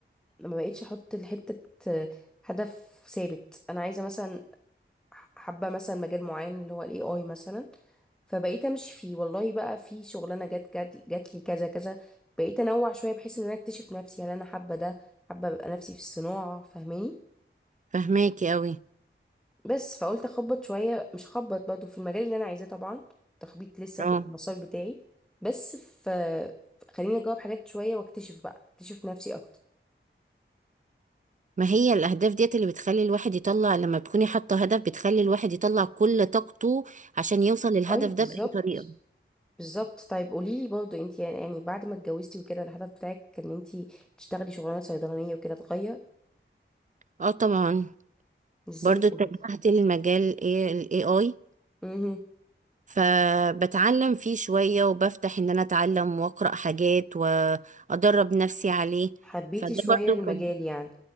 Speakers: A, in the centre; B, on the right (about 35°).
A: ما بقيتش احط لحتة آه، هدف ثابت انا عايزة مثلا حابه مثلا مجال معين اللي هو الاي اي مثلا فبقيت امشي فيه والله بقى في شغلانه جت جت جات لي كذا كذا بقيت انوع شويه بحيث ان انا اكتشف نفسي هل انا حابه ده حابه ابقى نفسي في الصناعه فاهماني
B: فهماكي قوي
A: بس فقلت اخبط شويه مش اخبط برضه في المجال اللي انا عايزاه طبعا تخبيط لسه
B: اه
A: في المسار بتاعي بس في خليني اجاوب حاجات شويه واكتشف بقى اكتشف نفسي اكتر
B: ما هي الاهداف ديت اللي بتخلي الواحد يطلع لما بتكوني حاطه هدف بتخلي الواحد يطلع كل طاقته عشان يوصل للهدف
A: اي بالظبط
B: ده باي طريقه
A: بالظبط طيب قولي لي برضه انت يعني يعني بعد ما اتجوزتي وكده الهدف بتاعك ان انت تشتغلي شغلانه صيدلانيه وكده اتغير
B: اه طبعا
A: ازاي
B: برضو اتجهت
A: قولي لي
B: للمجال ايه الاي اي
A: امم
B: فبتعلم فيه شويه وبفتح ان انا اتعلم واقرا حاجات وادرب نفسي عليه
A: حبيتي
B: فده
A: شويه
B: برضو
A: المجال
B: كان
A: يعني